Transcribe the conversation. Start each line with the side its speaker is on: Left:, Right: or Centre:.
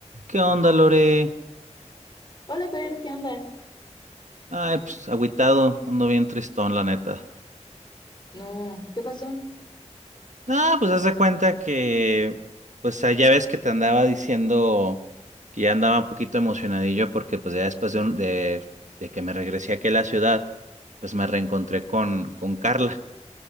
Right: ¿Qué onda, Lore?
Left: Hola, Fer, ¿qué onda?
Right: Ay, pues agüitado, ando bien tristón, la neta.
Left: No, ¿qué pasó?
Right: Ah, pues haz de cuenta que, pues ah, ya ves que te andaba diciendo que ya andaba un poquito emocionadillo porque pues ya después de, un- de, de que me regresé aquí a la ciudad, pues me reencontré con, con Carla.